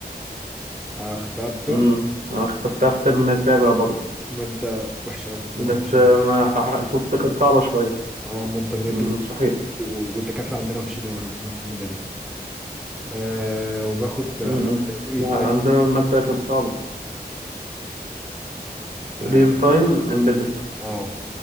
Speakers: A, in the centre; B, on the right (about 55°).
A: آه خدتها بكده
B: امم انا خدتها في ترم سابع برضه
A: ماده وحشه قوي
B: بس
A: ماده وحشه
B: ما
A: قوي
B: بح- كنت كانت صعبة شوية
A: اه ماده بجد
B: مم.
A: و-
B: صحيح
A: و- والدكاتره عندنا وحشين قوي عموما في الماده دي آه وباخد آه،
B: امم
A: خدت ريل
B: لا
A: تايم
B: عندنا المادة كانت صعبة
A: اه
B: ريل تايم امبيدد
A: آه.